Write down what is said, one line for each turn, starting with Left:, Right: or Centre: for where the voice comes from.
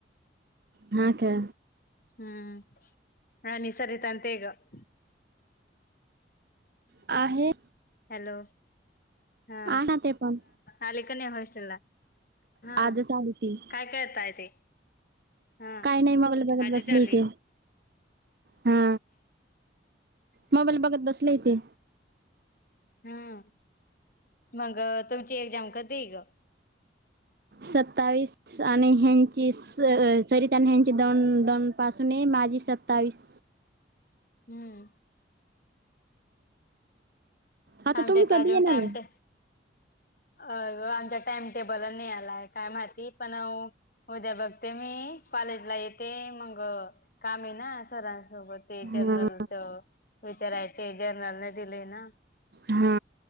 Right: हा का
Left: हम्म आणि सरितान ते गं
Right: आहे.
Left: हॅलो! हा
Right: आहे ना ते पण
Left: आली का नाही हॉस्टेलला हा,
Right: आजच आली ती
Left: काय करताय ते हा
Right: काही नाही मोबाईल बघत
Left: आजच
Right: बसली
Left: आली
Right: होती, हा मोबाईल बघत बसले इथे
Left: हम्म मग तुमची एक्झाम कधीये गं?
Right: सत्तावीस आणि ह्यांची स सरिता अन ह्यांची दोन दोन पासून ये, माझी सत्तावीस
Left: हम्म.
Right: आता
Left: आमच्या
Right: तुम्ही
Left: तर
Right: कधी
Left: अजून
Right: येणार
Left: टाइम
Right: ये?
Left: टे अ आमचा टाइम टेबल नाही आलाय काय माहिती पण उद्या बघते मी कॉलेजला येते, मग काम आहे ना सरांसोबत ते
Right: हा
Left: जर्नलच विचारायचय जर्नल नाही दिले ना
Right: हा,